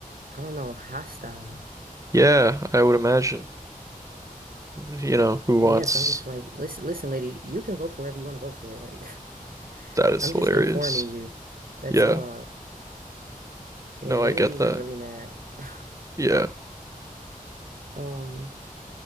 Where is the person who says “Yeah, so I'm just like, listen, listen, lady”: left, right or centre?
Right